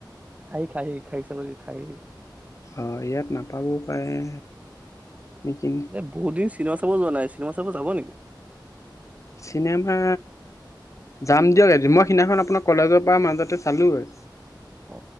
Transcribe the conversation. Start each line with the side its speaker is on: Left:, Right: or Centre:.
Right: খাহি খাহি খাহি ছাগলী খাহি।
Left: অ' ইয়াত নাপাবও পাৰে। নেকি
Right: এ বহুত দিন চিনেমা চাব যোৱা নাই। চিনেমা চাব যাব নেকি?
Left: চিনেমা যাম দিয়ক মই সিদিনাখন আপোনাৰ কলেজৰ পৰা মাজতে চালোঁগৈ।
Right: অ'